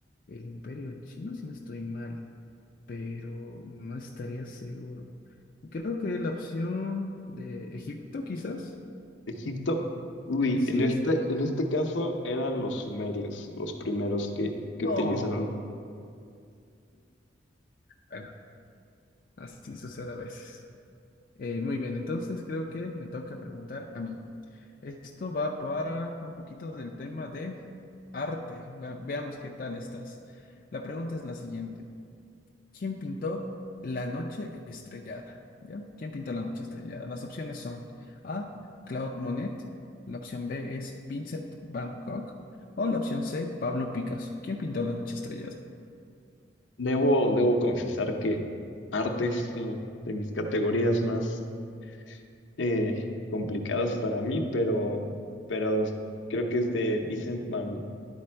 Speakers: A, on the left; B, on the left.
A: el Imperio Chino, si no estoy mal, pero no estaría seguro. Creo que la opción de Egipto, quizás,
B: Egipto. Uy,
A: sí
B: en este,
A: es.
B: en este caso eran los sumerios los primeros que, que
A: No.
B: utilizaron.
A: Bueno, así sucede a veces. Eh, muy bien, entonces creo que me toca preguntar a mí. Esto va para un poquito del tema de arte. Ve- veamos qué tal estás. La pregunta es la siguiente. ¿Quién pintó La noche estrellada? ¿Ya? ¿Quién pintó La noche estrellada? Las opciones son A, Claude Monet, la opción B es Vincent Van Gogh o la opción C, Pablo Picasso. ¿Quién pintó La noche estrellada?
B: Debo, debo confesar que arte es como de mis categorías más eh, complicadas para mí, pero, pero creo que es de Vincent Van Gogh.